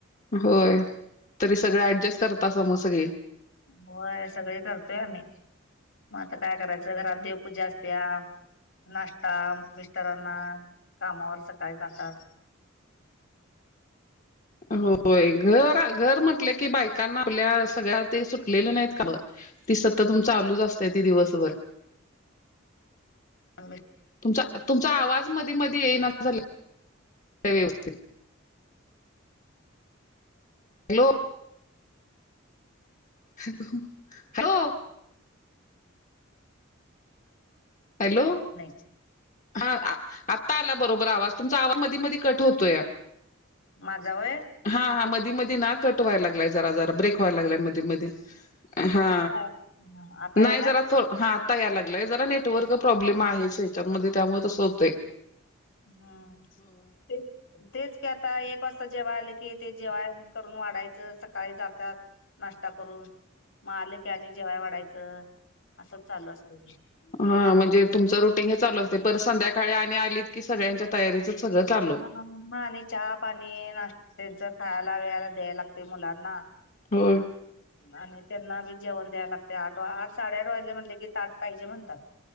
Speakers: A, on the left (about 35°); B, on the left (about 60°).
A: होय तरी सगळं ऍडजस्ट करतासा म सगळी.
B: होय सगळी करतोय आमी म आता. काय करायचं घरात देवपूजा असत्या. नाष्टा मिस्टरांना कामावर सकाळी जातात.
A: होय घर घर म्हटलं की बायकांना आपल्या सगळ्या ते सुटलेले नाइत काम. ती सतत म चालूच असतय ती दिवसभर.
B: मिस्टर
A: तुमचा तुमचा आवाज मदी मदी येईना. झाल काय व्यवस्थित. हॅलो! हॅलो! हॅलो!
B: नाइच.
A: हा आत्ता आला बरोबर आवाज तुमचा आवा मदी मदी कट होतोया
B: माजा वय
A: हा हा मदीमदी ना कट व्हायला लागलाय जरा जरा ब्रेक व्हाय लागलाय मदीमदी हा.
B: हा आता यालाय.
A: नाही जरा हा आता या लागलाय जरा नेटवर्क प्रॉब्लेम आहे हेच्यामदे त्यामुळ तसं हुतंय?
B: हा ते. तेच की आता एक वाजता जेवाय आले की ते जेवाय करून वाडायचं सकाळी जातात. नाष्ता करून म आल की आणि जेवाय वाडायचं. असं चालू असतय
A: हा म्हणजे
B: मग
A: तुमचं रुटीन हे चालू असतंय परत संध्याकाळी आणि आलीत की सगळ्यांच्या तयारीच सगळं चालू
B: <unintelligible> चहा पाणी नाश् <inaudible> तेंच खायला बिळायला द्यायला लागतय मुलांना
A: हो
B: आण तेंना आदिच जेवन द्या लागतय आठ वा आट साडे आट वाजल म्हणल की ताट पाइजे म्हणतात